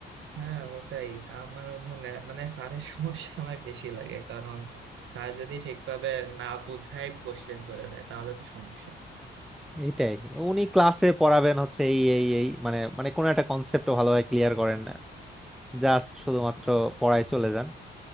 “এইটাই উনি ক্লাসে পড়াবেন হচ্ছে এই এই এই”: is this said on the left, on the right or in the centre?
Centre